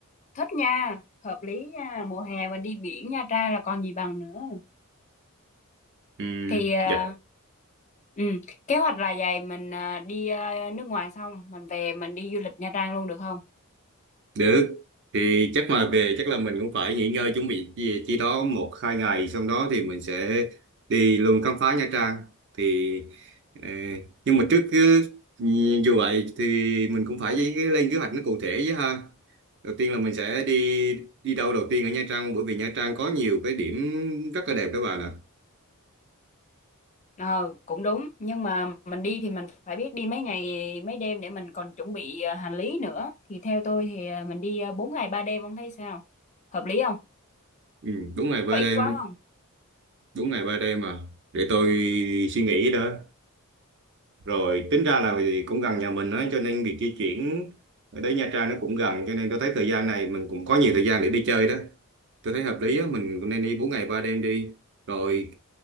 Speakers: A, on the left; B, on the right.
A: thích nha, hợp lý nha, mùa hè mình đi biển Nha Trang là còn gì bằng nữa.
B: ừ,
A: Thì à,
B: dạ.
A: ừ, kế hoạch là vậy mình à, đi à, nước ngoài xong mình về mình đi du lịch Nha Trang luôn được không?
B: Được, thì chắc mà về chắc là mình cũng phải nghỉ ngơi chuẩn bị chi, chi đó một hai ngày xong đó thì mình sẽ đi luôn khám phá Nha Trang thì ờ, nhưng mà trước cứ- ừ, dù vậy thì mình cũng phải lên kế hoạch nó cụ thể chứ ha. Đầu tiên là mình sẽ đi đi đâu đầu tiên ở Nha Trang bởi vì Nha Trang có nhiều cái điểm rất là đẹp các bạn ạ.
A: Ờ, cũng đúng, nhưng mà mình đi thì mình phải biết đi mấy ngày mấy đêm để mình còn chuẩn bị ờ, hành lý nữa. Thì theo tôi thì ờ, mình đi ờ, bốn ngày ba đêm ông thấy sao? Hợp lý không?
B: Ừ, đúng ngày ba
A: Có ít
B: đêm,
A: quá không?
B: đúng ngày ba đêm mà để tôi suy nghĩ đó. rồi tính ra là vì cũng gần nhà mình á cho nên việc di chuyển ở đấy Nha Trang nó cũng gần cho nên tôi thấy thời gian này mình cũng có nhiều thời gian để đi chơi đó tôi thấy hợp lý á mình cũng nên đi 4 ngày 3 đêm đi rồi